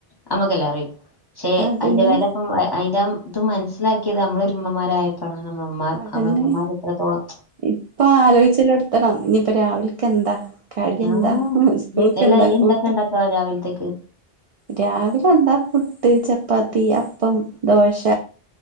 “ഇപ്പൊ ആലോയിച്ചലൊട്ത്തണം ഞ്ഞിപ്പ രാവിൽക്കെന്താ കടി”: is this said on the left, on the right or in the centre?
Right